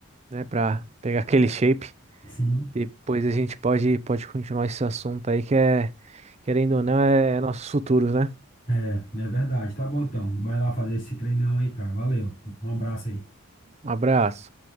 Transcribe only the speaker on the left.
Sim.
É, é verdade. Tá bom então. Vai lá fazer esse treinão aí, cara. Valeu. Um abraço aí.